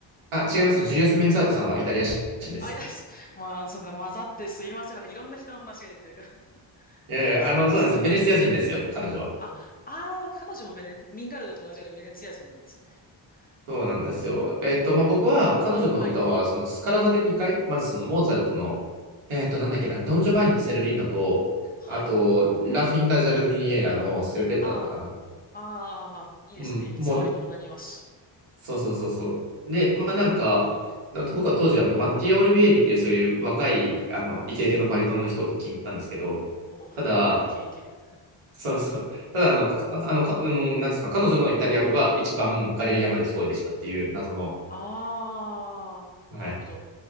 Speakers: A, on the right; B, on the left.
A: あ違います。
B: なんか、
A: ジュリアス・メンツァートさんはイタリア人です。
B: あ、あいだ <laughs> まあ、そうか、混ざってすいません。なんかいろんな人の話が出てるから。
A: いやいや、
B: そうですね。
A: あの、そうなんですよ。ベネツィア人ですよ、彼女は。
B: あ、ああ、彼女もベネ、ミンガルドと同じようにベネツィア人なんですね。
A: そうなんですよ。
B: はあ、
A: えっと、まあ、僕は彼女の歌は、
B: はい、
A: そのスカラ座で2回、まずそのモーツァルトの、えっと、なんだっけな、ドン・ジョバンニのセルリーナと、
B: はい。
A: あと、ラ・フィンタ・ジャルディニエラのセルペッタだったかな。
B: ああ、ああ、いいですね。
A: うん、
B: 偽りの女にわし。
A: もう、そうそうそうそう。で、まあなんか、僕は当時、あの、マッティア・オリビエリっていうそういう若い、あの、イケイケのバリトンの人を聞きに行ったんですけど、
B: おう、
A: ただ、
B: いけいけ。
A: そうそう。
B: <laughs>
A: ただ、あの、かあの、かうんなんですか、彼女のイタリア語が一番ガレリアまで聞こえてきたっていう謎の、
B: ああ、
A: はい。
B: なるほど。